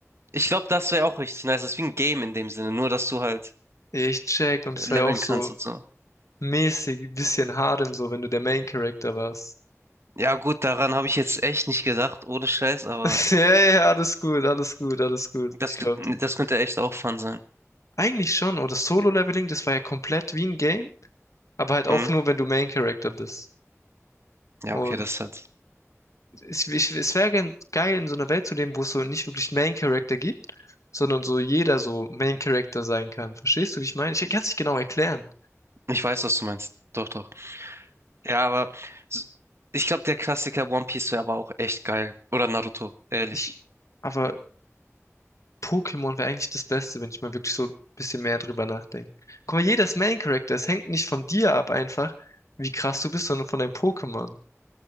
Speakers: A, on the right (about 55°); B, on the left (about 75°).
A: Ich glaube, das wäre auch richtig nice. Das ist wie ein Game in dem Sinne, nur dass du halt
B: Ja, Ich check, und
A: leveln
B: es war ja auch so
A: kannst und so.
B: mäßig, bisschen Harem, so wenn du der Main Character warst.
A: Ja, gut, daran habe ich jetzt echt nicht gedacht, ohne Scheiß, aber
B: <laughs> Ja, ja, alles gut, alles gut, alles gut.
A: das,
B: Ich glaube
A: ge-
B: dir.
A: das könnte echt auch fun sein.
B: Eigentlich schon, oder Solo-Leveling, das war ja komplett wie ein Game, aber halt auch
A: Mhm.
B: nur, wenn du Main-Character bist.
A: Ja,
B: Und
A: okay, das ist halt.
B: es, ich- es wäre gen- geil, in so einer Welt zu leben, wo es so nicht wirklich Main-Character gibt, sondern so jeder so Main-Character sein kann. Verstehst du, wie ich meine? Ich kann es nicht genau erklären.
A: Ich weiß, was du meinst. Doch, doch. Ja, aber s- ich glaube, der Klassiker One Piece wäre aber auch echt geil. Oder Naruto, ehrlich.
B: Ich, aber Pokémon wäre eigentlich das Beste, wenn ich mal wirklich so ein bisschen mehr drüber nachdenke. Guck mal, jeder ist Main-Character. Es hängt nicht von dir ab einfach, wie krass du bist, sondern von deinem Pokémon.